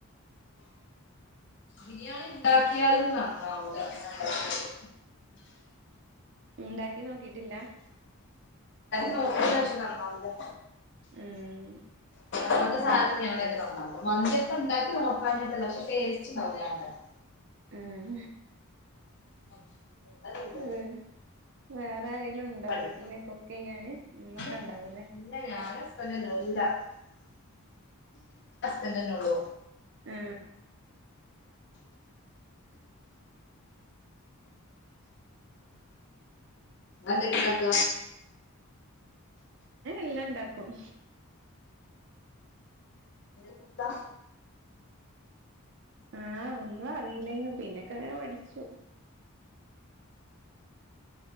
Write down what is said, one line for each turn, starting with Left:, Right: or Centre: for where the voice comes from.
Left: ബിരിയാണി ഉണ്ടാക്കിയാലും നന്നാവൂല. ഞാനൊണ്ടാക്കിയാല്.
Right: ഉണ്ടാക്കി നോക്കിട്ടില്ല?
Left: പക്ഷേ നന്നാവൂലാ.
Right: ഉം
Left: അങ്ങനെത്തെ സാധനൊന്നും ഞാനൊണ്ടാക്കി നോക്കാറില്ല. മന്തിക്കെയെണ്ടാക്കി നോക്കാഞ്ഞിട്ടല്ല. പക്ഷെ ടേസ്റ്റുണ്ടാല്ല ഞാനൊണ്ടാങ്കിയാ.
Right: ഉം
Left: <inaudible> എന്താ ഇത്
Right: ഉം വേറെ ആരേലുണ്ടോ
Left: പഠിക്കണം
Right: വീട്ടില് കുക്ക് ചെയ്യാന്? ഉമ്മക്കൊണ്ടാവല്ലേ.
Left: ഇല്ല ഇല്ല <unintelligible> തന്നെല്ലൊള്ളൂ.
Right: ആ
Left: അന്തൊക്കെണ്ടാക്ക
Right: എല്ലാണ്ടാക്കും.
Left: പുട്ടാ
Right: ആഹ് ഒന്നും അറിയില്ലായിന്ന് പിന്നൊക്കെങ്ങനെ പഠിച്ചു.